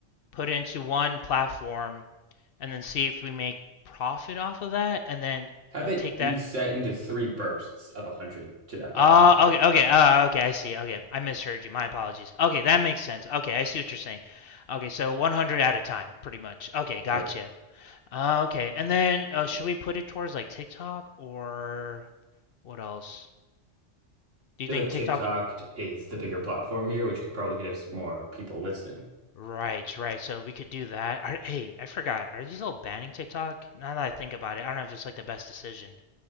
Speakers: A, on the left; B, on the right.
A: put it into one platform, and then see if we make profit off of that, and then
B: Have
A: uh,
B: it
A: take
B: be
A: that
B: set into three bursts of 100 to that platform.
A: Oh, uh, okay, okay, uh, okay, I see. Okay, I misheard you. My apologies. Okay, that makes sense. Okay, I see what you're saying. Okay, so 100 at a time, pretty much. Okay, gotcha.
B: Yeah. I
A: Uh, okay, and then uh, should we put it towards like TikTok or what else? Do
B: feel
A: you think
B: like TikTok
A: TikTok?
B: is the bigger platform here, which could probably get us more people listening.
A: Right, right. So we could do that. Are, hey, I forgot. Are these all banning TikTok? Now that I think about it, I don't know if it's like the best decision.